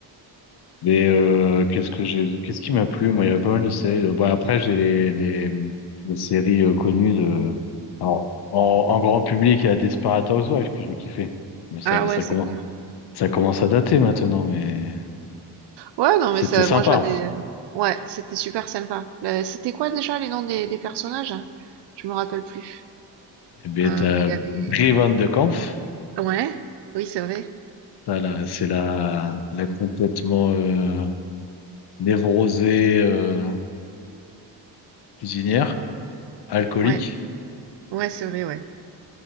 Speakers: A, on the left; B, on the right.
A: Mais euh, qu'est-ce que j'ai vu? Qu'est-ce qui m'a plu? Moi, il y a pas mal de séries. Euh, Bon, après, j'ai les, les, les séries euh, connues de. Alors, en, en grand public, il y a Desperate Housewives que je vais kiffer. Mais ça,
B: Ah
A: ça
B: ouais, c'est
A: commence,
B: clair.
A: ça commence à dater maintenant, mais
B: Ouais, non,
A: c'était
B: mais ça
A: sympa.
B: moi j'avais ouais, c'était super sympa. Le c'était quoi déjà les noms des des personnages? Je me rappelle plus.
A: Et bien,
B: Heu,
A: t'as
B: il y avait
A: Brie Van de Kampf.
B: ouais, oui, c'est vrai.
A: T'as la- C'est la, la complètement euh, névrosée euh, cuisinière, alcoolique.
B: Ouais, ouais, c'est vrai, ouais.